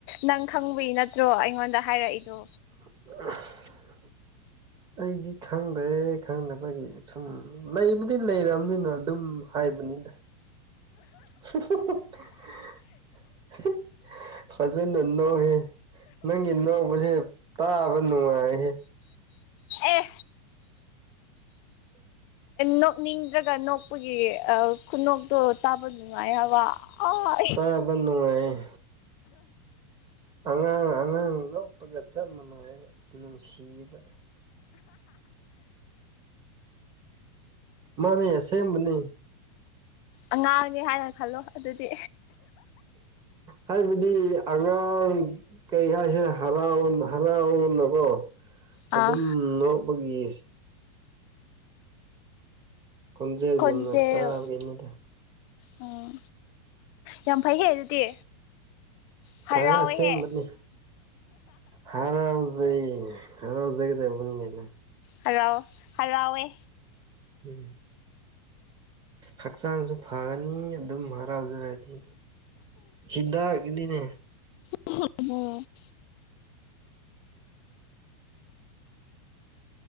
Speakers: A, on the left (about 40°); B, on the right (about 25°).
A: ꯅꯪ ꯈꯪꯕꯏ ꯅꯠꯇ꯭ꯔꯣ ꯑꯩꯉꯣꯟꯗ ꯍꯥꯏꯔꯛꯏꯗꯣ
B: <unintelligible> ꯑꯩꯗꯤ ꯈꯪꯗꯦ ꯈꯪꯗꯕꯒꯤ ꯁꯨꯝ ꯂꯩꯕꯨꯗꯤ ꯂꯩꯔꯝꯅꯤꯅ ꯑꯗꯨꯝ ꯍꯥꯏꯕꯅꯤꯗ <unintelligible> ꯐꯖꯅ ꯅꯣꯛꯑꯦꯏꯦ ꯅꯪꯒꯤ ꯅꫭꯛꯄꯁꯦ ꯇꯥꯕ ꯅꯨꯡꯉꯥꯏꯍꯦ
A: ꯑꯦ ꯅꯣꯛꯅꯤꯡꯗ꯭ꯔꯒ ꯅꯣꯛꯄꯒꯤ ꯈꯨꯅꯣꯛꯇꯣ ꯇꯥꯕ ꯅꯨꯡꯉꯥꯏ ꯍꯥꯏꯕ ꯑꯥ
B: ꯇꯥꯕ ꯅꯨꯉꯥꯏꯑꯦ ꯑꯉꯥꯡ ꯑꯉꯥꯡ ꯅꫭꯛꯄꯒ ꯆꯞ ꯃꯥꯅꯏꯑꯦꯕ ꯅꯨꯡꯁꯤꯑꯦꯕ ꯃꯥꯅꯦ ꯑꯁꯦꯡꯕꯅꯤ
A: ꯑꯉꯥꯡꯅꯤ ꯍꯥꯏꯅ ꯈꯜꯂꯣ ꯑꯗꯨꯗꯤ
B: ꯍꯥꯏꯕꯗꯤ ꯑꯉꯥꯡ ꯀꯔꯤ ꯍꯥꯏꯁꯤꯔꯥ ꯍꯔꯥꯕꯥꯠ ꯑꫭꯟꯕ ꯍꯔꯥꯕꯥꯠ ꯑꫭꯟꯕꯒꯀꫭ
A: ꯑꯥ
B: ꯑꯗꯨꯝ ꯅꫭꯛꯄꯥꯒꯤ ꯈꯣꯟꯖꯦꯜꯒꯨꯝꯅ
A: ꯈꯣꯟꯖꯦꯜ
B: ꯇꯥꯕꯒꯤꯅꯤꯗ
A: ꯎꯝ ꯌꯥꯝ ꯐꯩꯍꯦ ꯑꯗꯨꯗꯤ ꯍꯔꯥꯎꯋꯦꯍꯦ
B: ꯐꯌꯦ ꯑꯁꯦꯡꯕꯅꯤ ꯍꯟꯅꯥ ꯖꯩꯏ ꯍꯔꯥꯎꯖꯒꯗꯨꯕꯅꯤꯅꯦ
A: ꯍꯔꯥꯎ ꯍꯔꯥꯎꯋꯦ
B: ꯎꯝ ꯍꯛꯆꯥꯡꯁꯨ ꯐꯒꯅꯤ ꯑꯗꯨꯝ ꯍꯔꯥꯎꯖꯔꯗꯤ ꯍꯤꯗꯥꯛꯒꯤꯅꯤꯅꯦ
A: <unintelligible>